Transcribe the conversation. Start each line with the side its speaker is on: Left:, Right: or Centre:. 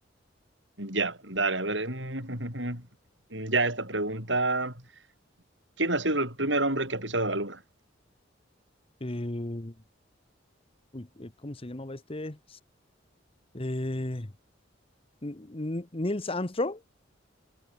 Right: Ya, dale, a ver. mm, <laughs> Ya esta pregunta. ¿Quién ha sido el primer hombre que ha pisado la luna?
Left: Eh, uy, eh, ¿cómo se llamaba este? Eh, N- N- Nils Armstrong.